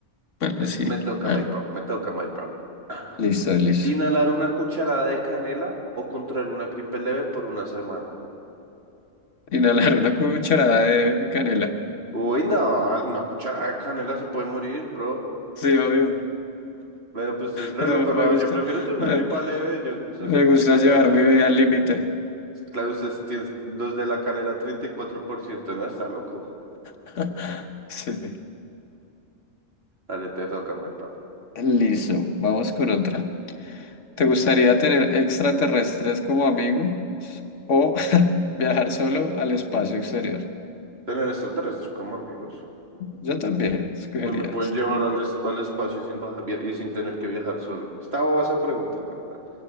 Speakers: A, on the left; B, on the right.
A: bueno,
B: me,
A: sí.
B: me toca,
A: Ah,
B: my bro, me toca, my bro. <clears throat>
A: listo, listo.
B: Inhalar una cucharada de canela o contraer una gripe leve por una semana.
A: Inhalar una cucharada de canela.
B: Uy, no, una cucharada de canela se puede morir, bro.
A: Sí, obvio,
B: Bueno, pues es re
A: pero
B: loco,
A: me
B: no,
A: gusta,
B: yo prefiero tener una
A: eh,
B: gripa leve, yo pues, hace
A: me
B: poquito
A: gusta llevar
B: tuve una gripa.
A: mi vida al límite.
B: Claro, ustedes tienen los de la canela treinta y cuatro por ciento ¿no? Está loco.
A: <laughs> Sí.
B: Dale, te toca, my bro.
A: Listo, vamos con otra. ¿Te gustaría tener extraterrestres como amigo o <laughs> viajar solo al espacio exterior?
B: Tener extraterrestres como amigos.
A: Yo también escogería
B: Pues me pueden
A: eso.
B: llevar al, es- al espacio sin baja- via- y sin tener que viajar solo. Está boba esa pregunta, la verdad.